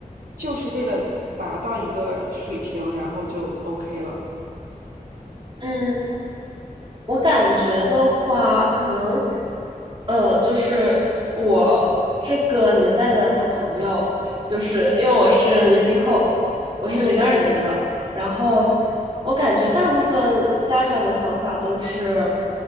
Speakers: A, on the right (about 80°); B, on the right (about 35°).
A: 就是为了达到一个水平，然后就 OK 了？
B: 嗯，我感觉的话，可能呃，就是我这个年代的小朋友，就是因为我是零零后，我是零二年的，
A: 嗯
B: 然后我感觉大部分家长的想法都是，